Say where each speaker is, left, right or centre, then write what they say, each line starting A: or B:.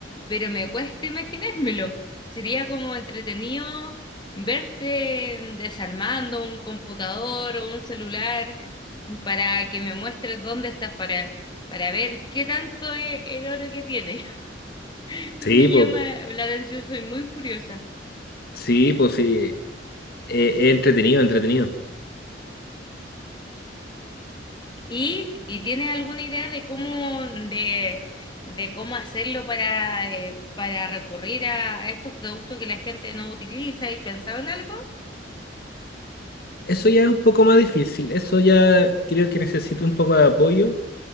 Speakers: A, on the left; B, on the left.
A: pero me cuesta imaginármelo. Sería como entretenido verte desarmando un computador o un celular para que me muestres dónde estás, para, para ver qué tanto es el oro que tiene. <laughs>
B: Sí,
A: Me
B: pues,
A: llama la atención, soy muy curiosa.
B: sí, pues sí, e, es entretenido, entretenido.
A: ¿Y, y tienes alguna idea de cómo, de, de cómo hacerlo para, eh, para recurrir a, a estos productos que la gente no utiliza? ¿Y pensado en algo?
B: Eso ya es un poco más difícil, eso ya creo que necesito un poco de apoyo